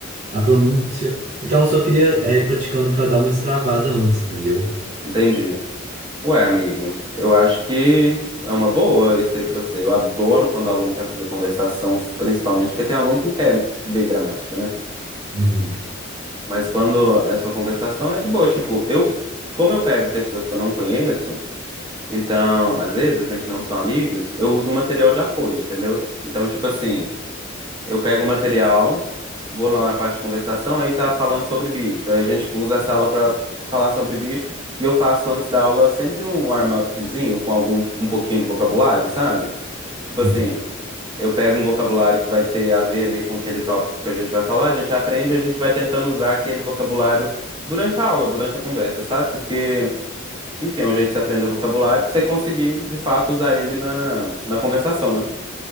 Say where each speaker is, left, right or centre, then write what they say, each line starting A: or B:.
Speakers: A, on the right (about 40°); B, on the right (about 25°).
A: a pronúncia. Então ela só queria é, ir praticando pra dar uma destravada antes, entendeu?
B: entendi. Ué, amigo, eu acho que é uma boa isso aí pra você. Eu adoro quando o aluno quer fazer conversação, principalmente porque tem aluno que quer ver gramática, né?
A: Uhum.
B: Mas quando é só conversação, é de boa. Tipo, eu, como eu pego pessoas que eu não conheço, então, às vezes, né, que não são amigos, eu uso material de apoio, entendeu? Então, tipo assim, eu pego o material, vou lá na parte de conversação, aí tá falando sobre bicho. Aí a gente usa essa aula pra falar sobre bicho, e eu faço antes da aula sempre um warm-upzinho com algum um pouquinho de vocabulário, sabe? Tipo assim,
A: Sim,
B: eu pego um vocabulário que vai ter a ver ali com aquele tópico que a gente vai falar, a gente aprende e a gente vai tentando usar aquele vocabulário durante a aula, durante a conversa, sabe? Porque, enfim, é um jeito de você aprender o vocabulário pra você conseguir, de fato, usar ele na, na conversação, né?